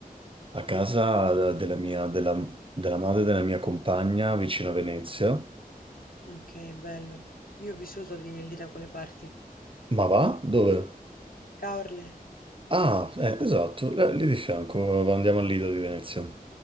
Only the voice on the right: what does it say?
a casa eh, della mia, della della madre della mia compagna vicino a Venezia.
Ma va? Dove?
Ah, eh, esatto, l- lì di fianco, andiamo al Lido di Venezia.